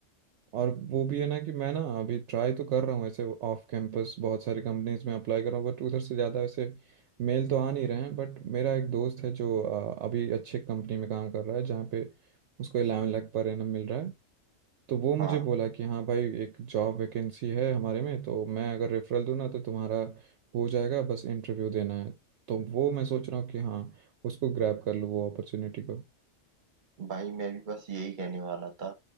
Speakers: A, on the right (about 70°); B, on the right (about 40°).
A: और वो भी है ना कि मैं ना अभी ट्राई तो कर रहा हूँ ऐसे ऑफ कैंपस बहुत सारी कंपनीज में अप्लाई कर रहा हूँ बट उधर से ज़्यादा ऐसे मेल तो आ नहीं रहे हैं बट मेरा एक दोस्त है जो अ, अभी अच्छे कंपनी में काम कर रहा है जहाँ पे उसको इलेवन लाख पर एनम मिल रहा है तो वो मुझे
B: हाँ
A: बोला कि हाँ भाई एक जॉब वैकेंसी है हमारे में तो मैं अगर रेफरल दूँ ना तो तुम्हारा हो जाएगा बस इंटरव्यू देना है तो वो मैं सोच रहा हूँ कि हाँ उसको ग्रैब कर लूँ वो अपॉर्चुनिटी को
B: भाई मैं भी बस यही कहने वाला था